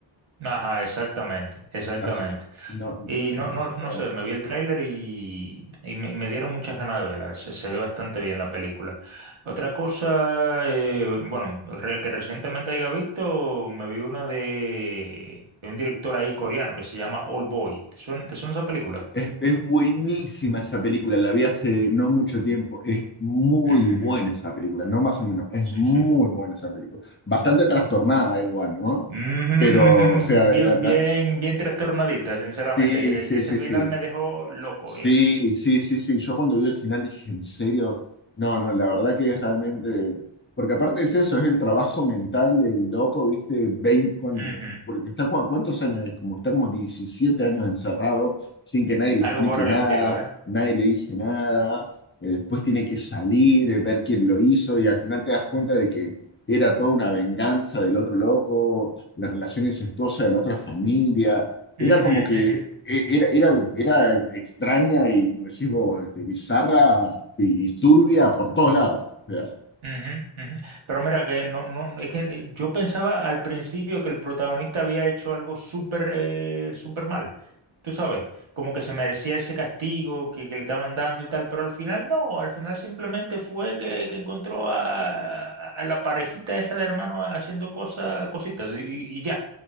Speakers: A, on the right; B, on the left.
A: Ajá, exactamente, exactamente.
B: Así que no, no,
A: Y no, no,
B: no se
A: no
B: enteran.
A: sé, me vi el tráiler y, y me, me dieron muchas ganas de verla. Se, se ve bastante bien la película. Otra cosa, eh, bueno, re- que recientemente haya visto, me vi una de, de un director ahí coreano que se llama Old Boy. ¿Te suena, te suena esa película?
B: Es, es buenísima esa película, la vi hace no mucho tiempo. Es muy
A: Ujú,
B: buena esa película, no más o menos, es
A: Sí,
B: muy
A: sí.
B: buena esa película. Bastante trastornada igual, ¿no?
A: Ujú,
B: Pero, o sea,
A: ujú, Bien,
B: la, la-
A: bien, bien trastornadita, sinceramente.
B: sí,
A: Que,
B: sí,
A: que ese
B: sí,
A: final
B: sí.
A: me dejó loco,
B: Sí,
A: viejo.
B: sí, sí, sí. Yo cuando vi el final dije, ¿en serio? No, no, la verdad que es realmente. Porque aparte es eso, es el trabajo mental del loco, ¿viste? veinte cuando-
A: Ujú,
B: porque está cua- ¿cuántos años? Como está como 17 años encerrado, sin que nadie le
A: Algo
B: explique
A: por el
B: nada,
A: estilo, ¿eh?
B: nadie le dice nada. eh, después tiene que salir, eh, ver quién lo hizo, y al final te das cuenta de que era toda una venganza del otro loco, la relación incestuosa de la otra familia. Era
A: Ujú,
B: como que
A: ujú.
B: e- Era, era, era extraña y, como decís vos, este, bizarra y turbia por todos lados. O sea,
A: Ujú, ujú. Pero mira que no, no, es que le- yo pensaba al principio que el protagonista había hecho algo súper eh, súper mal, tú sabes, como que se merecía ese castigo que, que le estaban dando y tal, pero al final no, al final simplemente fue que, que encontró a, a la parejita esa de hermano haciendo cosas, cositas y, y- y ya,